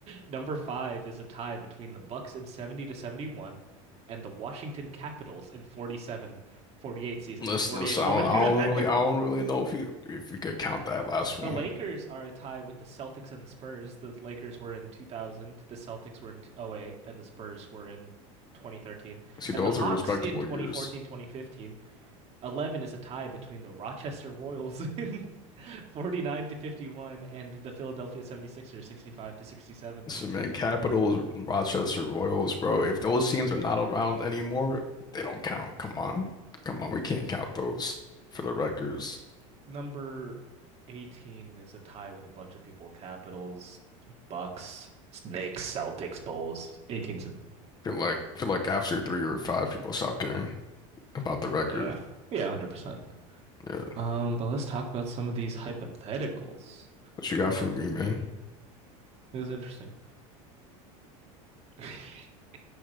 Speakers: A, on the right; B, on the left.
A: Number five is a tie between the Bucks in 70 to 71 and the Washington Capitals in 47, 48 season
B: listen,
A: to 48,
B: listen.
A: 49.
B: I don't, I don't really, I don't
A: <laughs>
B: really know if you if you could count that last
A: The
B: one.
A: Lakers are a tie with the Celtics and the Spurs. The Lakers were in 2000, the Celtics were in oh eight, and the Spurs were in 2013.
B: See,
A: And
B: those
A: the Hawks
B: are respectable
A: in twenty
B: years.
A: fourteen, twenty fifteen. 11 is a tie between the Rochester Royals <laughs> in 49 to 51 and the Philadelphia 76ers 65 to 67.
B: Listen, man, Capitals, Rochester Royals, bro. If those teams are not around anymore, they don't count. Come on, come on. We can't count those for the records.
A: Number 18 is a tie with a bunch of people, Capitals, Bucks, Snakes, Celtics, Bulls. 18's a
B: Feel like feel like after three or five, people stop caring about the record.
A: Yeah. yeah, 100%.
B: Yeah.
A: Um, but let's talk about some of these hypotheticals.
B: What you got for me, man?
A: This is interesting. <laughs> I,